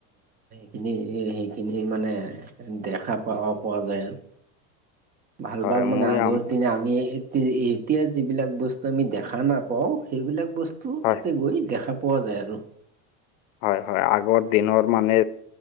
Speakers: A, on the right (about 20°); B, on the left (about 80°).
A: খিন সেইখিনি মানে দেখা প পোৱা যায় আৰু ভাল
B: হয়
A: পাল মানে
B: মই
A: আগৰ
B: আম-
A: দিনা আমি এতিয়া যিবিলাক বস্তু আমি দেখা নাপ পাওঁ সেইবিলাক বস্তু
B: হয়
A: তাতে গৈ দেখা পোৱা যায় আৰু
B: হয়, হয় আগৰ দিনৰ মানে